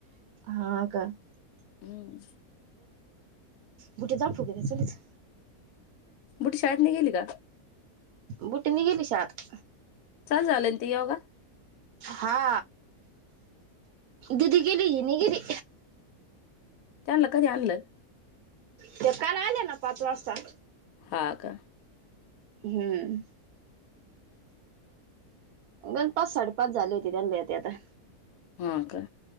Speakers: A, on the right; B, on the left.
A: ह का
B: हम्म
A: गुठे दर फुकेर चलच
B: बुटी शाद नि गेली का
A: बुटी निघेली शात
B: चा झालंय ते योगा
A: हा ददी गेली नि गेरी
B: लं का आणलं
A: ते काल आले ना पाच वाजता
B: ह का
A: हम् ग पाच साडेपाच झाली होती त्यां लते आता
B: हा का